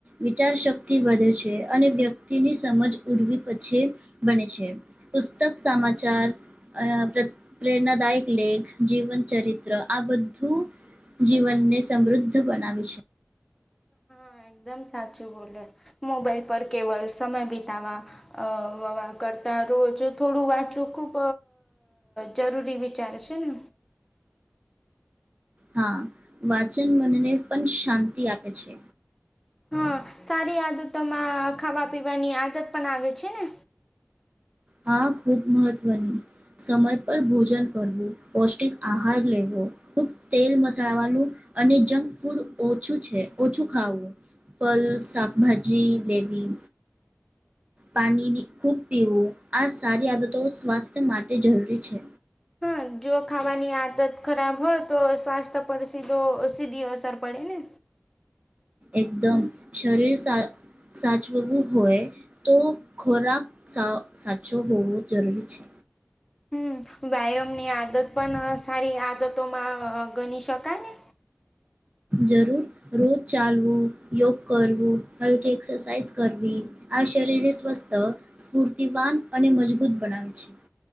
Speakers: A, on the right; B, in the centre.
A: વિચાર શક્તિ વધે છે, અને વ્યક્તિની સમજ ઉડવી પછે બને છે. પુસ્તક સામાચાર અહ પ્રત પ્રેરણાદાયક લેખ, જીવન ચરિત્ર આ બધું જીવનને સમૃદ્ધ બનાવે છે.
B: હા એકદમ સાચું બોલ્યા. મોબાઈલ પર કેવલ સમય બીતાવા અહ <unintelligible> કરતા રોજ થોડું વાંચવું ખુબ જરૂરી વિ ચારે છે ને.
A: હા. વાચન મનને પણ શાંતિ આપે છે.
B: હા. સારી આદતોમાં ખાવા-પીવાની આદત પણ આવે છે ને?
A: હા ખુબ મહત્વની. સમય પર ભોજન કરવું, પૌષ્ટિક આહાર લેવો. ખુબ તેલ મસાલાવાલું અને જંક ફૂડ ઓછું છે, ઓછું ખાવું. ફલ, શાકભાજી લેવી. પાનીની ખૂબ પીવું. આ સારી આદતો સ્વાસ્થ્ય માટે જરૂરી છે.
B: હા. જો ખાવાની આદત ખરાબ હોય તો સ્વાસ્થ્ય પર સીધો સીધી અસર પડે ને.
A: એકદમ શરીર સા સાચવવું હોઈએ તો ખોરાક સા સાચો હોવો જરૂરી છે.
B: હમ વ્યાયામની આદત પણ સારી આદતોમાં ગણી શકાય ને.
A: જરૂર. રોજ ચાલવું, યોગ કરવું, હલકી એક્સરસાઇઝ કરવી. આ શરીરને સ્વસ્થ, સ્ફૂર્તિવાન અને મજબૂત બનાવે છે.